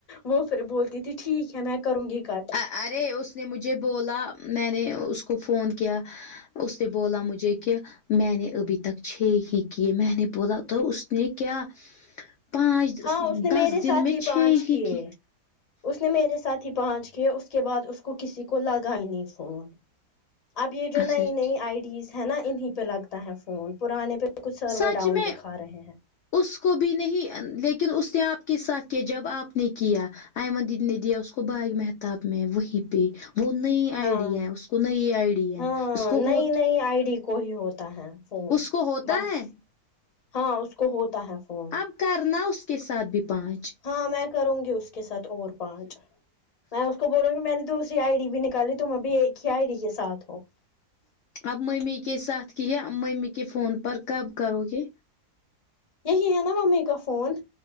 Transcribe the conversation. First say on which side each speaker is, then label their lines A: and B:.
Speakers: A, on the left (about 30°); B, on the left (about 65°).
A: وہ پھر بولتی تھی ٹھیک ہے میں کروں گی کٹ
B: ا- ارے اس نے مجھے بولا میں نے اس کو فون کیا اس نے بولا مجھے کہ میں نے ابھی تک چھ ہی کیے میں نے بولا تو اس نے کیا پانچ
A: ہاں اس نے میرے
B: دس دن
A: ساتھ
B: میں
A: ہی
B: چھ
A: پانچ کیے
B: ہی کی
A: اس نے میرے ساتھ پانچ کے اس کے بعد اس کو کسی کو لگائی نہیں فون اب یہ جو
B: اچھا
A: نئی نئی
B: ٹھیک
A: آئی ڈیز ہے نا انہیں پہ لگتا ہے فون پرانے پہ تو کچھ سرور
B: سچ
A: ڈاؤن
B: میں
A: دکھا رہے ہیں
B: اس کو بھی نہیں لیکن اس نے آپ کے ساتھ کیا جب آپ نے کیا آمن دیدی نے دیا اس کو باغ محتاب میں وہی پہ وہ نئی آئی
A: ہاں
B: ڈی ہے اس کو نئی آئی ڈی ہے
A: ہاں
B: اس کو
A: نئی
B: ہوت
A: آئی ڈی کو کو ہی ہوتا ہے فون
B: کو ہوتا
A: بس
B: ہے
A: ہاں اس کو ہوتا ہے فون
B: اب کرنا اس کے ساتھ بھی پانچ
A: ہاں میں کروں گی اس کے ساتھ اور پانچ میں اس کو بولوں گی میں نے دوسری آئی ڈی بھی نکالی تم ابھی ایک ہی ائی ڈی کے ساتھ ہو <unintelligible>
B: اب ممی کے ساتھ کیا ممی کے فون پر کب کرو گے
A: یہی ہے نا ممی کا فون